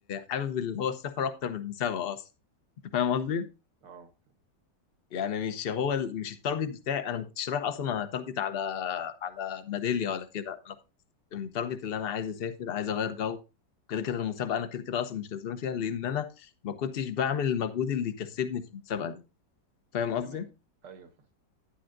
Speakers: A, on the left (about 45°); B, on the right (about 80°).
A: حابب اللي هو السفر اكتر من المسابقه اصلا انت فاهم قصدي؟
B: اه
A: يعني مش هو ال- مش التارجت بتاعي انا ما كنتش رايح اصلا اتارجت على على ميداليه ولا كده انا كنت التارجت اللي انا عايز اسافر عايز اغير جو كده كده المسابقه انا كده كده اصلا مش كسبان فيها لان انا ما كنتش بعمل المجهود اللي يكسبني في المسابقه دي فاهم قصدي
B: تمام ايوه فاهم